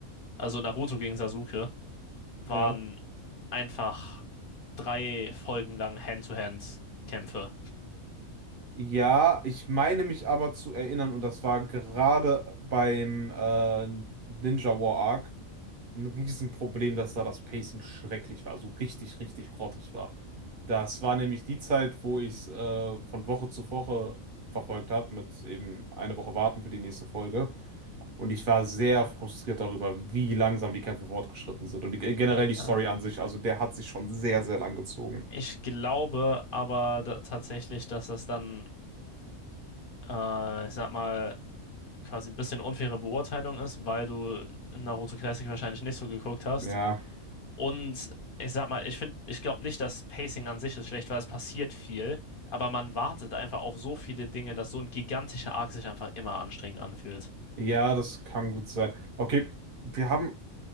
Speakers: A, on the left; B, on the right.
A: also Naruto gegen Sasuke, waren
B: Ja.
A: einfach drei Folgen lang Hand-to-Hand-Kämpfe.
B: Ja, ich meine mich aber zu erinnern, und das war gerade beim äh, Ninja War Arc ein Riesenproblem, dass da das Pacing schrecklich war, also richtig, richtig grottig war. Das war nämlich die Zeit, wo ich es äh, von Woche zu Woche verfolgt habe, mit eben eine Woche warten für die nächste Folge. Und ich war sehr frustriert darüber, wie langsam die Kämpfe fortgeschritten sind. Und die, generell die Story
A: Äh,
B: an sich, also der hat sich schon sehr, sehr lang gezogen.
A: ich glaube aber da, tatsächlich, dass das dann, äh, ich sag mal, quasi ein bisschen unfaire Beurteilung ist, weil du Naruto Classic wahrscheinlich nicht so geguckt hast.
B: Ja,
A: Und ich sag mal, ich finde, ich glaube nicht, dass Pacing an sich ist schlecht, weil es passiert viel, aber man wartet einfach auf so viele Dinge, dass so ein gigantischer Arc sich einfach immer anstrengend anfühlt.
B: ja, das kann gut sein. Okay, wir haben,